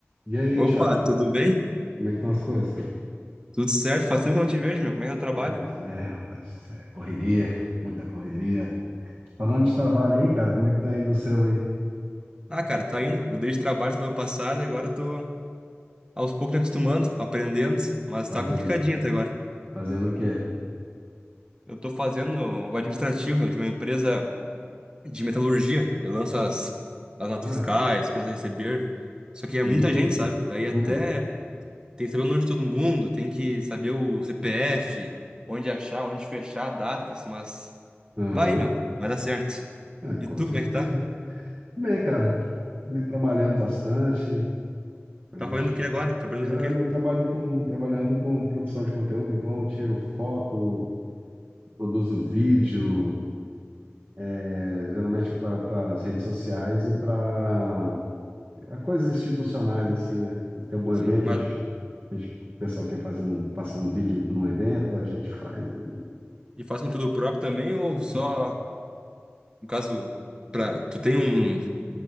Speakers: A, on the right; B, on the right.
A: E aí,
B: Opa,
A: Thiago,
B: tudo bem?
A: como é que estão as coisas, cara?
B: Tudo certo? Faz tempo que eu não te vejo, meu. Como é que é o trabalho?
A: Pois é, rapaz, é correria, muita correria. Falando de trabalho aí, cara, como é que tá indo o seu aí?
B: Ah, cara, tá indo. Mudei de trabalho semana passada e agora tô aos poucos me acostumando, aprendendo, mas
A: Fazendo,
B: tá complicadinho até agora.
A: fazendo o quê?
B: Eu tô fazendo o administrativo, meu, de uma empresa de metalurgia. Eu lanço as, as notas
A: Ah,
B: fiscais,
A: é?
B: contas a receber. Só que é muita
A: Hum,
B: gente, sabe? Daí até
A: hum,
B: tem que saber o nome de todo mundo, tem que saber o CPF, onde achar, onde fechar, datas, mas
A: aham,
B: vai, meu, vai dar certo.
A: É, com
B: E tu,
A: certeza.
B: como é que tá?
A: Bem, cara, também trabalhando bastante, a
B: Tá
A: gente,
B: fazendo o que agora? Trabalhando
A: cara,
B: com o quê?
A: eu trabalho com, trabalhando com produção de conteúdo, então eu tiro foto, produzo vídeo, é, geralmente para as redes sociais e para a coisas institucionais assim, né? Tem algum
B: Sim,
A: evento,
B: mas
A: a gente, a gente- o pessoal quer fazer um, passar um vídeo num evento, a gente faz aí.
B: e faz conteúdo próprio também ou só, no caso, pra, tu tem um,